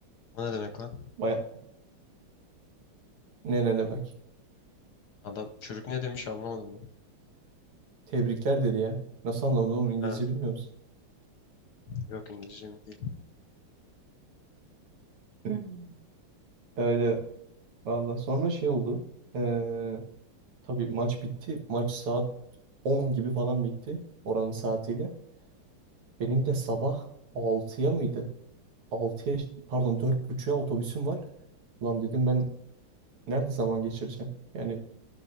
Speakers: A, on the left; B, on the right.
A: O ne demek lan?
B: Baya ne ne demek.
A: Adam çocuk ne demiş anlamadım ben.
B: Tebrikler dedi ya. Nasıl anlamadın oğlum İngilizce
A: Ha,
B: bilmiyor musun?
A: yok İngilizce mi değil.
B: Hmm. <laughs> Öyle valla. Sonra şey oldu. Ee, tabii maç bitti. Maç saat 10 gibi falan bitti. Oranın saatiyle. Benim de sabah 6'ya mıydı? 6'ya pardon 4.30'a otobüsüm var. Lan dedim ben nerede zaman geçireceğim? Yani